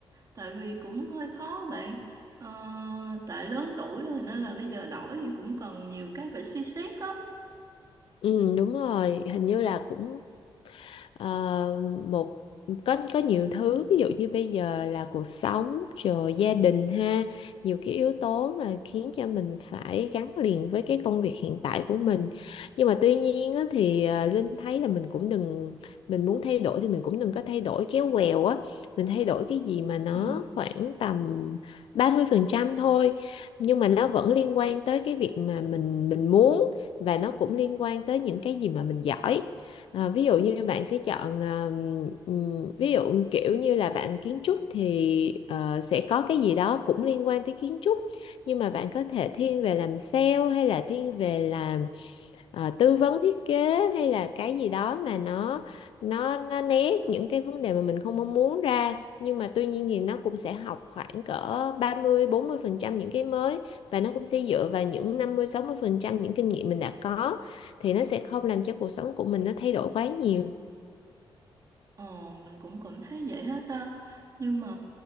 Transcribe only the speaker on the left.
ừ, đúng rồi, hình như là cũng Ờ, một có có nhiều thứ ví dụ như bây giờ là cuộc sống rồi gia đình ha nhiều cái yếu tố mà khiến cho mình phải gắn liền với cái công việc hiện tại của mình nhưng mà tuy nhiên á, thì à, Linh thấy là mình cũng đừng mình muốn thay đổi thì mình cũng đừng có thay đổi chéo quèo á mình thay đổi cái gì mà nó
khoảng tầm 30% thôi nhưng mà nó vẫn liên quan tới cái việc mà mình mình muốn và nó cũng liên quan tới những cái gì mà mình giỏi Ờ, ví dụ như bạn sẽ chọn ờ, ừm, ví dụ kiểu như là bạn kiến trúc thì ờ, sẽ có cái gì đó cũng liên quan tới kiến trúc nhưng mà bạn có thể thiên về làm sale hay là thiên về làm ờ, tư vấn thiết kế hay là cái gì đó mà nó nó nó né những cái vấn đề mà mình không mong muốn ra nhưng mà tuy nhiên thì nó cũng sẽ học khoảng cỡ ba mươi bốn mươi phần trăm những cái mới và nó cũng sẽ dựa vào những năm mươi sáu mươi phần trăm những kinh nghiệm mình đã có thì nó sẽ không làm cho cuộc sống của mình nó thay đổi quá nhiều